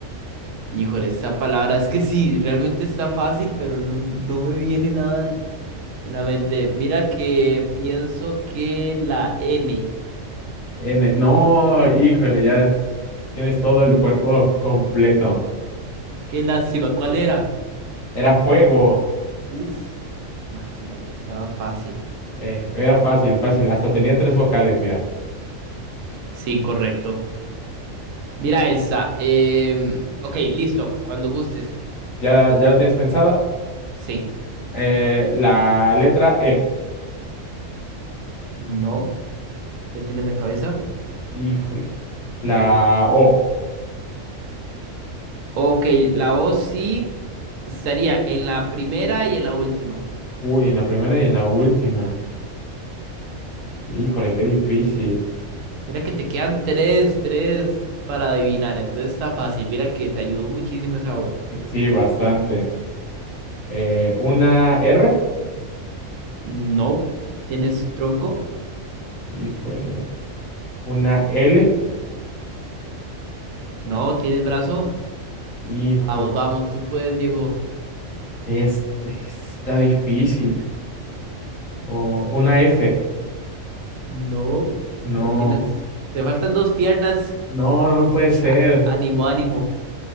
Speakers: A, on the right; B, on the left.
A: híjole, esta palabra es que sí, realmente está fácil, pero no, no me viene nada en, en la mente. Mira que pienso que la N.
B: N, no, híjole, ya tienes todo el cuerpo completo.
A: Qué lástima, ¿cuál era?
B: Era fuego.
A: Uf, imagínate, estaba fácil.
B: Eh, era fácil, fácil. Hasta tenía tres vocales, mira.
A: Sí, correcto. Mira esta. em, ok, listo, cuando gustes.
B: Ya, ya la tienes pensada.
A: Sí.
B: Eh, la letra E.
A: No, ya tienes la cabeza.
B: Híjole. La O.
A: Ok, la O sí estaría en la primera y en la última.
B: Uy, en la primera y en la última. Híjole, qué difícil.
A: Mira que te quedan tres, tres para adivinar. Entonces está fácil. Mira que te ayudó muchísimo esa O.
B: Sí, bastante. Eh, una R.
A: No, tienes tronco.
B: Híjole. Una L.
A: No, tienes brazo.
B: Hijo.
A: Vamos, vamos, tú puedes, Diego.
B: Este está difícil. O una F.
A: No,
B: No.
A: ya tienes. Te faltan dos piernas.
B: No, no no puede ser.
A: A- ánimo, ánimo.